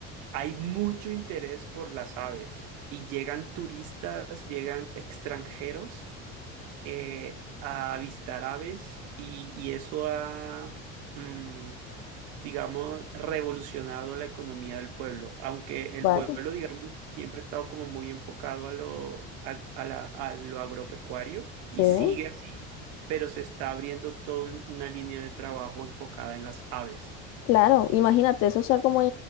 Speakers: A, on the right; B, on the left.
A: Hay mucho interés por las aves y llegan turistas, llegan extranjeros eh, a avistar aves y, y eso ha, mm, digamos, revolucionado la economía del pueblo. Aunque el
B: Vaya,
A: pueblo, digamos, siempre ha estado como muy enfocado a lo, a- a la- a lo agropecuario y
B: sí.
A: sigue así, pero se está abriendo toda un- una línea de trabajo enfocada en las aves.
B: Claro, imagínate, eso es algo muy